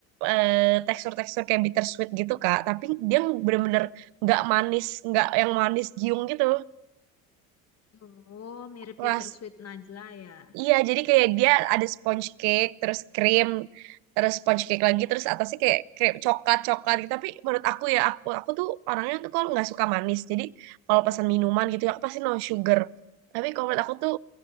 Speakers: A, on the right (about 65°); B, on the left (about 35°).
A: eh, tekstur-tekstur kayak bittersweet gitu kak tapi dia bener-bener nggak manis nggak yang manis giung gitu
B: Oh, mirip
A: ras
B: bittersweet Najla ya.
A: Iya, jadi kayak dia ada sponge cake, terus krim, terus sponge cake lagi, terus atasnya kayak krim coklat coklat gitu. Tapi menurut aku ya, aku aku tuh orangnya tuh kalau nggak suka manis. Jadi kalau pesan minuman gitu, aku pasti no sugar. Tapi kalau menurut aku tuh